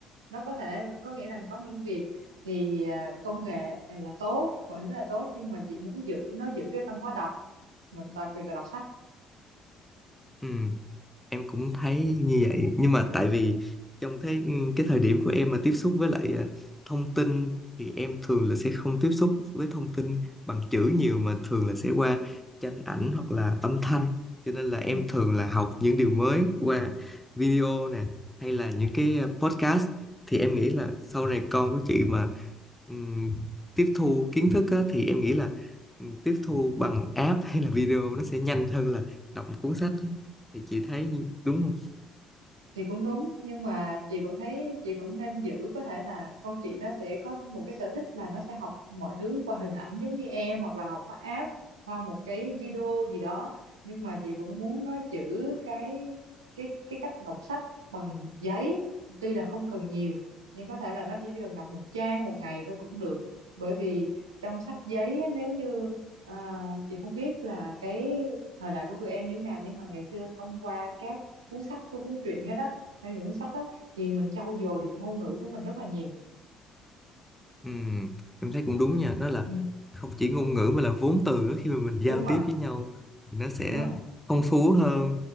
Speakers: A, on the right; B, in the centre.
A: nó có thể có nghĩa là có những việc thì à, công nghệ là tốt mọi thứ là tốt nhưng mà chị muốn giữ nó giữ cái văn hóa đọc mình đặc biệt là đọc sách
B: ừm. em cũng thấy như vậy nhưng mà tại vì trong thế cái thời điểm của em mà tiếp xúc với lại à, thông tin thì em thường là sẽ không tiếp xúc với thông tin bằng chữ nhiều mà thường là sẽ qua tranh ảnh hoặc là âm thanh cho nên là em
A: ừ.
B: thường là học những điều mới qua video nè hay là những cái à, podcast thì em nghĩ là sau này con của chị mà ừm, tiếp thu kiến thức á, thì em nghĩ là ừm, tiếp thu bằng app hay là video nó sẽ nhanh hơn là đọc một cuốn sách thì chị thấy như- đúng không
A: thì cũng đúng nhưng mà chị vẫn thấy chị vẫn nên giữ có thể là con chị nó sẽ có một cái sở thích là nó sẽ học mọi thứ qua hình ảnh giống như em hoặc là học qua app qua một cái video gì đó nhưng mà chị vẫn muốn nó giữ cái cái cái cách đọc sách bằng giấy tuy là không cần nhiều nhưng có thể là nó chỉ cần đọc một trang một ngày thôi cũng được bởi vì trong sách giấy á, nếu như ờ, chị không biết là cái thời đại của tụi em như thế nào nhưng mà ngày xưa thông qua các cuốn sách của cuốn truyện hết đó theo những cuốn sách đó thì mình trau dồi được ngôn ngữ của mình rất là nhiều
B: Ừm, em thấy cũng đúng nha đó
A: ừ,
B: là không chỉ ngôn ngữ mà là vốn từ nữa khi mà mình giao
A: đúng rồi
B: tiếp với nhau thì nó sẽ
A: đúng rồi
B: phong phú hơn